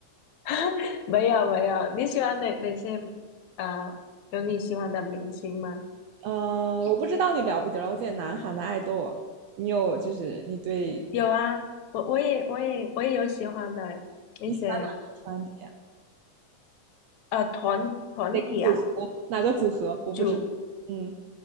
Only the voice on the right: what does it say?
呃，我不知道你了不了解南韩的爱豆啊？你有就是你对
你喜欢哪个团体啊？
哪个组合？哪个组合？我不知道。
嗯，